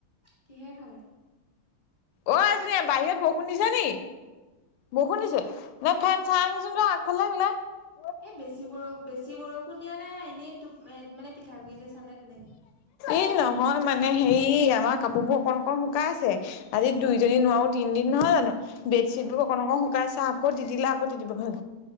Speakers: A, on the right; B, on the left.
A: কিহে খালা?
B: অ' আইজনী বাহিৰত বৰষুণ দিছে নি? বষুণ দিছে। নে ফেন চাই আহাচোন যোৱা আগফালে ওলাই।
A: এ বেছি বৰ, বেছি বৰষুণ দিয়া নাই এনেই টোপ, মানে পিঠাগুড়ি যে চালে। তেনেকে।
B: ই নহয় মানে হেই আমাৰ কাপোবোৰ অকন অকন শুকাইছে। আজি দুই
A: অ
B: যদি নোৱাও তিদিন নহয় জানো। বেডচিটবোৰ
A: অ
B: অকণ অকণ শুকাইছে আকৌ তিতিলে আকৌ তিতিব হয়।